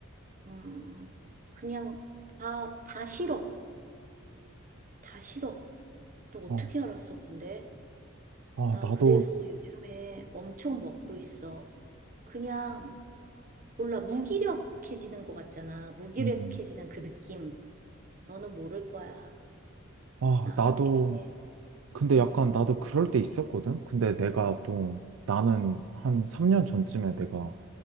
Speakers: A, on the right; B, on the right.
A: 음, 그냥 다, 다 싫어. 다 싫어. 너 어떻게
B: 어,
A: 알았어, 근데?
B: 아,
A: 나
B: 나도,
A: 그래서 요즘에 엄청 먹고 있어. 그냥, 몰라, 무기력해지는 것 같잖아. 무기력해지는
B: 음.
A: 그 느낌. 너는 모를 거야.
B: 아,
A: 나
B: 나도
A: 되게,
B: 근데
A: 음,
B: 약간 나도 그럴 때 있었거든? 근데 내가 또 나는 한 3년 전쯤에 내가